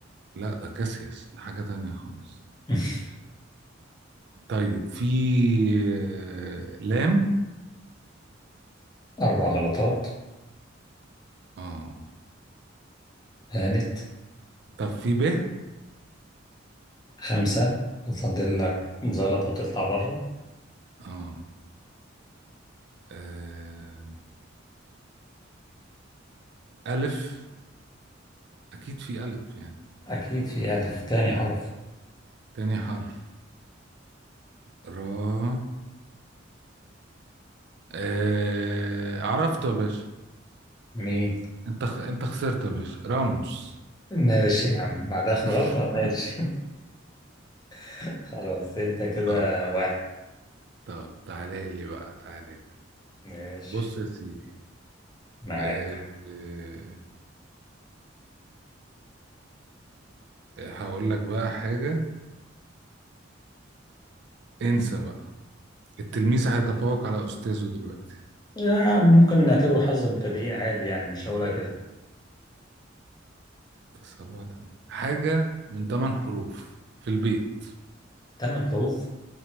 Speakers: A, on the right (about 60°); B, on the left (about 20°).
A: لا ده كاسياس ده حاجة تانية خالص
B: <laughs>
A: طيب في آه، لام
B: اربع غلطات
A: اه
B: هانت
A: طب في ب
B: خمسة وفاضل لك زلطة تطلع بره
A: اه آه، ألف أكيد في ألف يعني
B: أكيد في ألف تاني حرف
A: تاني حرف را آه... عرفته يا باشا
B: مين
A: انت خ... انت خسرت يا باشا راموس
B: ماشي يا عم بعد آخر
A: <laughs>
B: غلطة ماشي <laughs> خلاص أنت كده
A: اه
B: واحد
A: طب تعالى لي بقى تعالى لي
B: ماشي
A: بص يا سيدي
B: معاك
A: أه أه آه، هقول لك بقى حاجة انسى بقى التلميذ هيتفوق على أستاذه دلوقتي
B: آه، ممكن نعتبره حظ مبتدئين عادي يعني مش هقولها كده
A: سبعة تمانية حاجة من ثمان حروف في البيت
B: تمن حروف